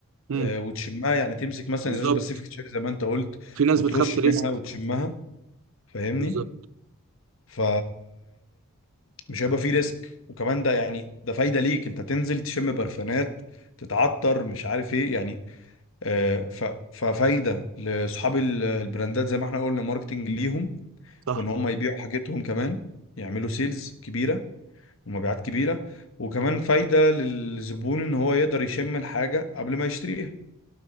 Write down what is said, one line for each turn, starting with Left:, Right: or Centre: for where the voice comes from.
Right: مم.
Left: آه، وتشمها يعني تمسك مثلا
Right: بالظبط
Left: ازاز باسيفيك تشيري زي ما انت قلت
Right: في ناس
Left: وترش
Right: بتخاف تريسك
Left: منها وتشمها فاهمني
Right: بالظبط
Left: ف مش هيبقى فيه ريسك وكمان ده يعني ده فايده ليك انت تنزل تشم برفانات تتعطر مش عارف ايه يعني آه، ف... ففايده لاصحاب ال- البراندات زي ما احنا قلنا ماركتنج ليهم
Right: صح
Left: وان هم يبيعوا حاجتهم كمان يعملوا سيلز كبيره ومبيعات كبيره وكمان فايده للزبون ان هو يقدر يشم الحاجه قبل ما يشتريها